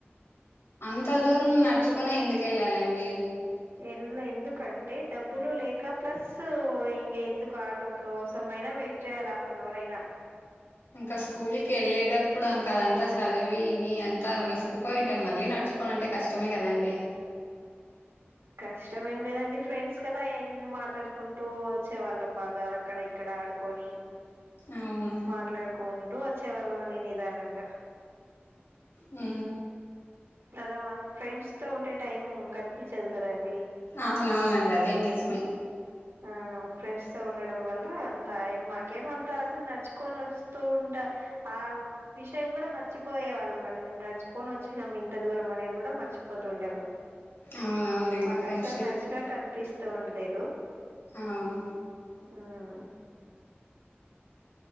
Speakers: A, on the left; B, on the right.
A: అంత దూరం నడుచుకొనే ఎందుకు ఎళ్ళాలండి
B: ఎల్ ఎందుకంటే డబ్బులు లేక ప్లస్సు ఇంగ ఎందుకు ఆటో కోసమైనా వెయిట్ జేయాల హాఫనవర్ అయినా
A: ఇంకా స్కూలికి ఎళ్ళేటప్పుడు అంక అదంతా సదివి ఇని అంతా విసుకుపోయింటాం మళ్ళీ న చుకో అంటే కష్టమే కదండి
B: కష్టం ఏం లేదండి ఫ్రెండ్స్ కదా ఏంది మాట్లాడుకుంటూ వచ్చేవాళ్ళం బాగా అక్కడ ఇక్కడ ఆడుకొని
A: అవునా
B: మాట్లాడుకుంటూ వచ్చేవాళ్ళం అండి నిదానంగా
A: ఊ
B: అలా మన ఫ్రెండ్స్ తో ఉంటే టైము కనిపించదు కదన్
A: అవునవునండి అది నిజమే
B: ఆ ఫ్రెండ్స్ తో ఉండడం వల్ల అంత ఏమ్ మాకేమంతా అసలు నడుచుకొని వస్తూ ఆ విషయం కూడా మర్చిపోయే వాళ్ళమండి మేము నడుచుకొని వచ్చినాం ఇంత దూరం అనేది కూడా మర్చిపోతూ ఉండేవాళ్ళం
A: అవునవునులేండి
B: మాకు
A: ఫ్రెండ్షిప్
B: అసలు నడిచినట్టు అనిపిస్తూ ఉండలేదు
A: అవును
B: ఉమ్ ఆ